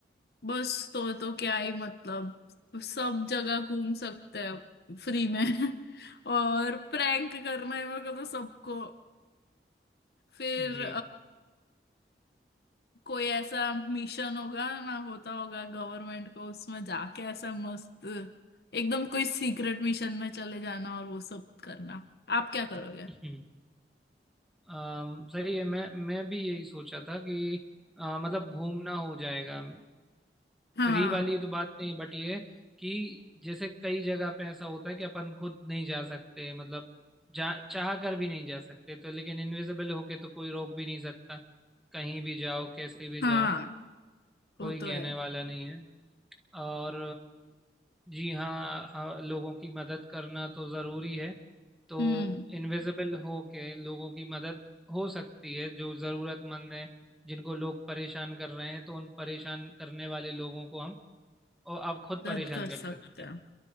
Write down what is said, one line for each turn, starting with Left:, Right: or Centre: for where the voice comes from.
Left: बस तो तो क्या ही मतलब सब जगह घूम सकते हैं फ्री में <laughs> और प्रैंक करना है मेरे को तो सबको फिर
Centre: जी
Left: कोई ऐसा मिशन होगा ना होता होगा गवर्नमेंट को उसमें जाके ऐसा मस्त एकदम कोई सीक्रेट मिशन में चले जाना और वो सब करना आप क्या करोगे
Centre: <laughs> अम, सही है मैं मैं भी यही सोचा था कि अ, मतलब घूमना हो जाएगा
Left: हाँ
Centre: फ्री वाली तो बात नहीं है बट ये है कि जैसे कई जगह पे ऐसा होता है कि अपन खुद नहीं जा सकते मतलब जा चाह कर भी नहीं जा सकते तो लेकिन इनविजिबल होके तो कोई रोक भी नहीं सकता कहीं भी जाओ कैसे भी
Left: हाँ
Centre: जाओ
Left: वो
Centre: कोई
Left: तो
Centre: कहने
Left: है
Centre: वाला नहीं है और जी हाँ हाँ, लोगों की मदद करना तो ज़रूरी है तो
Left: हम्म
Centre: इनविजिबल हो के लोगों की मदद हो सकती है जो ज़रूरतमंद है जिनको लोग परेशान कर रहे हैं तो उन परेशान करने वाले लोगों को हम और आप खुद परेशान
Left: मदद कर
Centre: कर
Left: सकते
Centre: सकते
Left: हैं
Centre: हैं